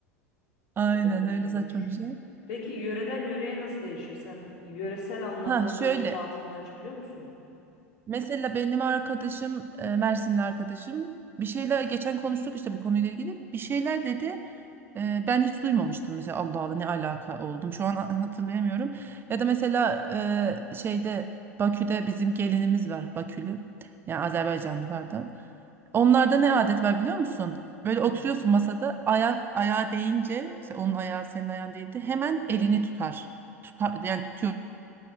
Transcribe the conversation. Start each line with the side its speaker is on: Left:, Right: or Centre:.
Right: <laughs> Aynen
Left: o da kötüymüş.
Right: öyle saçma bir şey.
Left: Peki yöreden yöreye nasıl değişiyor? Sen yöresel anlamda
Right: Ha şöyle.
Left: bir batıl inanç biliyor musun?
Right: Mesela benim arkadaşım, e, Mersinli arkadaşım bir şeyler geçen konuştuk işte bu konuyla ilgili bir şeyler dedi. E, Ben hiç duymamıştım mesela Allah Allah ne alaka oldum şu an ha- hatırlayamıyorum. Ya da mesela e, şeyde Bakü'de bizim gelinimiz var Bakülü yani Azerbaycanlı pardon. Onlarda ne adet var biliyor musun? Böyle oturuyorsun
Left: Hı.
Right: masada ayak ayağa değince se- onun ayağı senin ayağın değdi hemen elini tutar. Tutar yani tutuyorlar